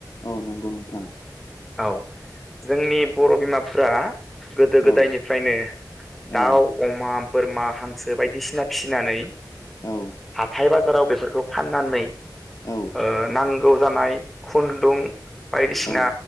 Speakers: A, on the left (about 55°); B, in the centre.
A: औ नंगौ नोंथां
B: औ जोंनि बर' बिमाफ्रा गोदो गोदायनिफ्रायनो
A: औ
B: दाउ
A: औ
B: अमा बोरमा हांसो बायदिसिना फिनानै
A: औ
B: हाथाय बाजाराव बेफोरखौ फाननानै
A: औ
B: ओह नांगौ जानाय खुन्दुं बायदिसिना
A: औ